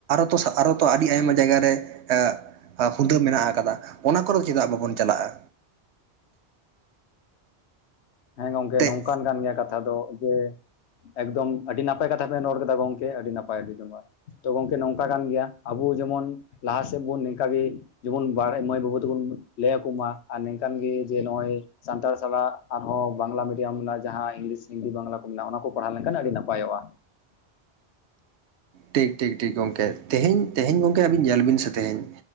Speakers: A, on the right; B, on the left.
A: ᱛᱚ ᱟᱨᱚ ᱛᱚ ᱟᱹᱰᱤ ᱟᱭᱢᱟ ᱡᱟᱭᱜᱟᱨᱮ ᱮᱜ ᱮ ᱯᱷᱩᱫᱟᱢ ᱢᱮᱱᱟᱜ ᱟᱠᱟᱫᱟ ᱚᱱᱟ ᱠᱚᱨ ᱫᱚ ᱪᱮᱫᱟᱜ ᱵᱟᱵᱚᱱ ᱪᱟᱞᱟᱜᱼᱟ
B: ᱦᱮ ᱜᱚᱝᱠᱮ
A: ᱛᱮ
B: ᱱᱚᱝᱠᱟᱱ ᱠᱟᱱ ᱜᱮᱭᱟ ᱠᱟᱛ ᱫᱚ ᱡᱮ ᱮᱠᱫᱚᱢ ᱟᱹᱰᱤ ᱱᱟᱯᱟᱭ ᱠᱟᱛᱷᱟ ᱵᱮᱱ ᱨᱚᱲ ᱠᱮᱫᱟ ᱜᱚᱝᱠᱮ ᱟᱹᱰᱤ ᱱᱟᱯᱟᱭ ᱟᱹᱰᱤ ᱱᱟᱯᱟᱦ ᱛᱚ ᱜᱚᱝᱠᱮ ᱱᱚᱝᱠᱟ ᱠᱟᱱ ᱜᱮᱭᱟ ᱟᱵᱚ ᱡᱮᱢᱚᱱ ᱞᱟᱦᱟ ᱥᱮᱫ ᱵᱚᱱ ᱱᱤᱝᱠᱟᱜ ᱜᱮ ᱡᱮᱢᱚᱱ ᱵᱟᱲᱟᱭ ᱢᱟᱹᱭ ᱵᱟᱹᱵᱩ ᱛᱮᱠᱚ ᱞᱟᱹᱭ ᱟᱠᱚ ᱢᱟ ᱟᱨ ᱱᱤᱝᱠᱟᱱ ᱜᱮ ᱡᱮ ᱱᱚᱜᱼᱚᱭ ᱥᱟᱱᱛᱟᱲ ᱥᱟᱞᱟᱜ ᱟᱨᱦᱚᱸ ᱵᱟᱝᱞᱟ ᱢᱤᱰᱤᱭᱟᱢ ᱨᱮᱱᱟᱜ ᱡᱟᱦᱟᱸ ᱤᱝᱞᱤᱥ ᱦᱤᱱᱫᱤ ᱵᱟᱝᱞᱟ ᱠᱚ ᱢᱮᱱᱟᱜᱼᱟ ᱚᱱᱟ ᱠ ᱠᱚᱨᱟᱣ ᱞᱮᱱᱠᱷᱟᱱ ᱟᱹᱰᱤ ᱱᱟᱯᱟᱭᱚᱜᱼᱟ
A: ᱴᱷᱤᱠ ᱴᱷᱤᱠ ᱴᱷᱤᱠ ᱜᱚᱝᱠᱮ ᱛᱮᱦᱮᱧ ᱛᱮᱦᱮᱧ ᱜᱚᱝᱠᱮ ᱟᱵᱮᱱ ᱧᱮᱞ ᱵᱮᱥ ᱜᱚᱢᱠᱮ ᱟᱹᱵᱤᱱ ᱧᱮᱞ ᱵᱤᱱ ᱥᱮ ᱛᱮᱦᱮᱧ